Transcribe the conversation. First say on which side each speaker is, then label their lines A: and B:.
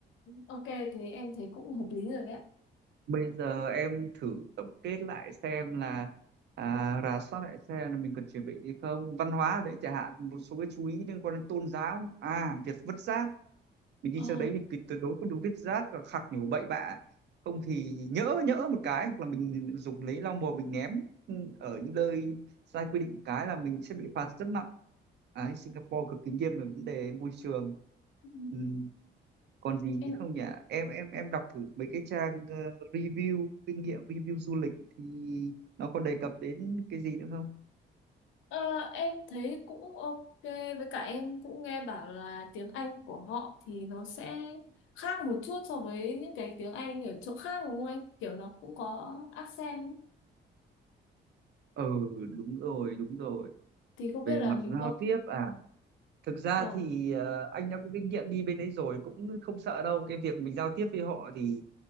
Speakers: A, on the left; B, on the right.
A: ok thì em thấy cũng hợp lý rồi đấy. ạ.
B: bây giờ em thử tổng kết lại xem là à, rà soát lại xem là mình cần chuẩn bị gì không văn hóa ở đấy chẳng hạn một số cái chú ý liên quan đến tôn giáo à việc vứt rác mình đi
A: Ờ.
B: sang đấy mình tuyệt tuyệt đối không được vứt rác và khạc nhổ bậy bạ không thì nhỡ nhỡ một cái hoặc là mình dùng lấy lau bùa mình ném ở những nơi sai quy định một cái là mình sẽ bị phạt rất nặng Đấy, Singapore cực kỳ nghiêm về vấn đề môi trường
A: Ừ.
B: ừ còn gì
A: Em
B: chứ không nhỉ em em em đọc thử mấy cái trang ờ, review kinh nghiệm review du lịch thì nó còn đề cập đến cái gì nữa không
A: Ờ, em thấy cũng ok với cả em cũng nghe bảo là tiếng Anh của họ thì nó sẽ khác một chút so với những cái tiếng Anh ở chỗ khác đúng không em? Kiểu nó cũng có accent
B: ừ đúng rồi đúng rồi
A: thì không biết
B: về
A: là
B: mặt
A: mình
B: giao
A: có
B: tiếp à thực ra
A: vâng.
B: thì ờ, anh đã có kinh nghiệm đi bên đấy rồi cũng không sợ đâu cái việc mình giao tiếp với họ thì